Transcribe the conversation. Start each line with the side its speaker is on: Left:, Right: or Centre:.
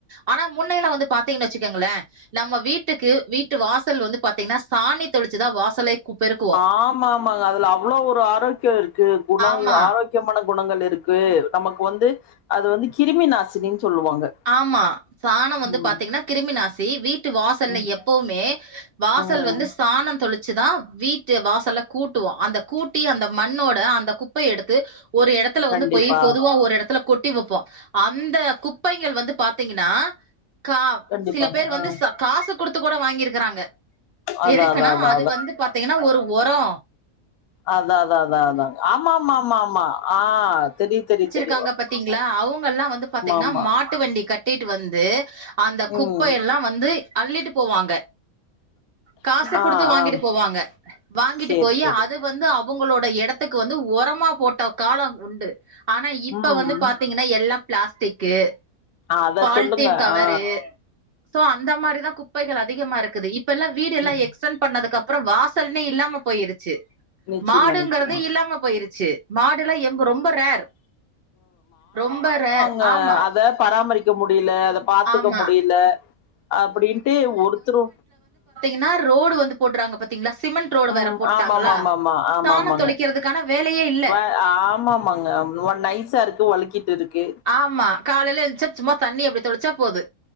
Right: ஆனா முன்னெல்லா வந்து பாத்தீங்கனு வச்சுக்கங்ளே நம்ம வீட்டுக்கு வீட்டு வாசல் வந்து பாத்தீங்கனா சாணி தொளிச்சுதா வாசலே கு பெருக்குவோ
Left: ஆமா ஆமாங்க அதுல அவ்ளோ ஒரு ஆரோக்கியோ இருக்கு குணோ
Right: ஆமா
Left: ஆரோக் முக்கியமான குணங்கள் இருக்கு நமக்கு வந்து அது வந்து கிருமி நாசினினு சொல்லுவாங்க
Right: ஆமா சாணம் வந்து
Left: ம்,
Right: பாத்தீங்னா கிருமி நாசி வீட்டு வாசல்ல
Left: ம்,
Right: எப்பவுமே வாசல்
Left: ம்.
Right: வந்து சாணோ தொளுச்சு தா வீட்டு வாசல கூட்டுவோ அந்த கூட்டி அந்த மண்ணோட அந்த குப்பைய எடுத்து ஒரு எடத் த்துல வந்து
Left: கண்டிப்பா.
Right: போய் பொதுவா ஒரு எடத்துல கொட்டி வப்போ அந்த குப்பைகள் வந்து பாத்தீங்கனா கா
Left: கண்டிப்பாங்க
Right: சில பேர் வந்து
Left: ஆ
Right: ச காசு குடுத்து கூட வாங்கிருக்குறாங்க
Left: அதா
Right: எதுக்குன்னா
Left: அதா அதா
Right: அது வந்து பாத்தீங்கனா ஒரு ஒரோ
Left: அத அத அதா அதா ஆமா ஆமா ஆமா ஆமா ஆ தெரி தெரி தெர்
Right: க்காங்க பத்தீங்ளா அவுங்கெல்லா வந்து பாத்தீங்கனா
Left: ஆமா
Right: மாட் ட்டு வண்டி கட்டிட்டு வந்து அந்த குப்ப
Left: ம்
Right: எல்லா வந்து அள்ளிட்டு போவாங்க காசு குடுத்து
Left: ஆ
Right: வாங்கிட்டு
Left: ஆ
Right: போவாங்க வாங்கிட்டு
Left: சேரி
Right: போயி
Left: சேரி
Right: அது வந்து அவுங்களோட எடத்துக்கு வந்து ஒரமா போட்ட காலோ உண்டு ஆனா இப்ப
Left: ம்
Right: வந்து பாத்தீங்க னா எல்லா பிளாஸ்டிக்கு
Left: அத
Right: பால்த்தீன்
Left: சொல்லுங்க
Right: கவரு
Left: ஆ
Right: சோ அந்த மாரிதா குப்பைகள் அதிகமா இருக்குது இப்பெல்லா வீடு எல்லா
Left: ம்
Right: எக்ஸ்பென் பண்ணதுக்கு அப்பறோ வாசல்னே இல்லாம போயிருச்சு
Left: நிச்சயமா
Right: மாடுங்கறதே
Left: நிச்சயமா
Right: இல்லாம போயிருச்சு மாடுல்லா எம் ரொம்ப ரேர் ரொம்ப ரேர்
Left: அ
Right: ஆமா
Left: அத பராமரிக்க முடியல அத பாத்துக்க
Right: ஆமா
Left: முடியல அப்டின்டு ஒருத்துரு
Right: ஆனா ரோடு வந்து போட்றாங்க பாத்தீங்ளா சிமெண் ட் ரோடு
Left: ம்
Right: வேற போட்டாங்களா
Left: ஆமாமாமாமா ஆமாமாங்க
Right: சாணோ தொளிக்கிறதுகான வேலயே இல்ல
Left: வ ஆமாமாங்க அவ்ளோவா நைஸா இருக்கு வழுக்கிட்டு இருக்கு
Right: ஆமா காலைல எழுஞ்சா சும்மா தண்ணி அப்டி தொளுச்சா போது